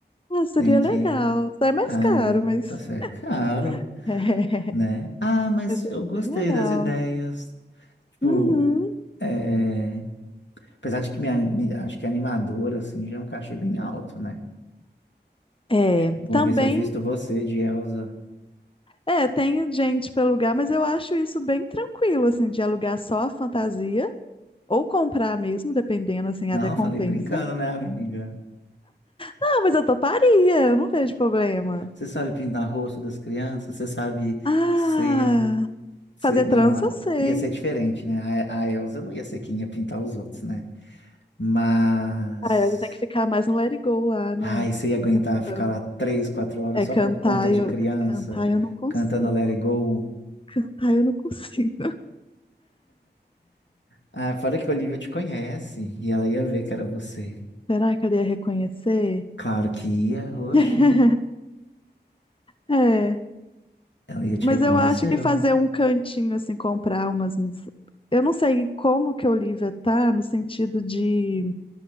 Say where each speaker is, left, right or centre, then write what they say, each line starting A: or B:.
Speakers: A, on the left; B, on the left.
A: Ah, seria
B: Tem que.
A: legal. É mais
B: Ah,
A: caro, mas.
B: só se é
A: <laughs>
B: caro,
A: É,
B: né? Ah, mas
A: mas seria
B: eu gostei
A: bem legal.
B: das ideias. Tipo,
A: Uhum.
B: é... apesar de que minha, acho que a animadora, assim, já é um cachê bem alto, né?
A: É,
B: Vou
A: também.
B: ver se eu visto você de Elsa.
A: É, tem gente para alugar, mas eu acho isso bem tranquilo, assim, de alugar só a fantasia ou comprar mesmo, dependendo, assim,
B: Não,
A: até compensa.
B: falei brincando, né, amiga?
A: Não, mas eu toparia, eu não vejo problema.
B: Você sabe pintar rosto das crianças? Você sabe
A: Ah,
B: você ia. você-
A: fazer
B: Não,
A: trança
B: a-
A: eu sei.
B: ia ser diferente, né? A, a Elsa não ia ser quem ia pintar os outros, né? Mas.
A: Ah, eu tenho que ficar mais no Let It Go lá, né?
B: Ai, você ia aguentar
A: Cantando.
B: ficar lá três, quatro horas
A: É,
B: só
A: cantar
B: por conta de
A: eu,
B: criança,
A: cantar eu não consigo.
B: cantando Let It Go.
A: <laughs> Cantar eu não consigo.
B: Ah, fora que a Olivia te conhece e ela ia ver que era você.
A: Será que ela ia reconhecer?
B: Claro que ia, oxe.
A: <laughs> É,
B: Ela ia te
A: mas
B: reconhecer,
A: eu acho que fazer um cantinho assim, comprar umas. mis- Eu não sei como que a Olivia tá no sentido de,